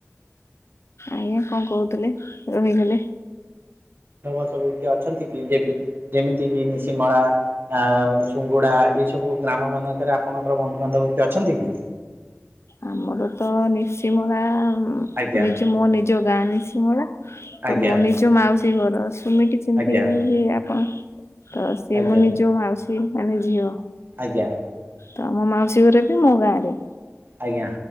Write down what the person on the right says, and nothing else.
ଲୋକ ସବୁ କିଏ ଅଛନ୍ତି କି ଯେମିତି କି ନିଶିମଳା ଆ ସୁଙ୍ଗୁଡା ଏଇ ସବୁ ଗ୍ରାମ ମାନଙ୍କରେ ଆପଣଙ୍କର ବନ୍ଧୁବାନ୍ଧବ କି ଅଛନ୍ତି କି?
ଆଜ୍ଞା
ଆଜ୍ଞା
ଆଜ୍ଞା
ଆଜ୍ଞା
ଆଜ୍ଞା।
ଆଜ୍ଞା!